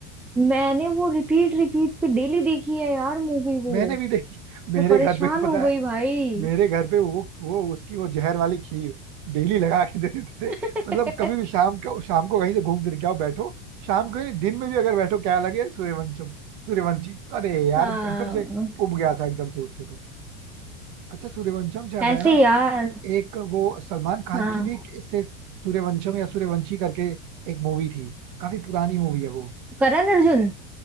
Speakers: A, in the centre; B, on the right (about 50°).
A: मैंने वो रिपीट रिपीट पे डेली देखी है यार मूवी वो
B: मैंने भी देखी मेरे
A: मैं परेशान
B: घर पे भी
A: हो
B: पता
A: गई
B: है
A: भाई
B: मेरे घर पे वो वो उसकी वो जहर वाली खीर डेली लगा के दे देते
A: <laughs>
B: थे मतलब कभी भी शाम को शाम को कहीं से घूम फिर के आओ बैठो शाम को ही नहीं दिन में भी अगर बैठो क्या लगे सूर्यवंशम सूर्यवंशी अरे यार
A: हाँ
B: एकदम से उब गया था एकदम से उससे तो अच्छा सूर्यवंशम से याद
A: ऐसे
B: आया ना
A: ही यार
B: एक वो सलमान खान
A: हाँ
B: की भी एक इससे सूर्यवंशम या सूर्यवंशी करके एक मूवी थी काफी पुरानी मूवी है वो
A: करण अर्जुन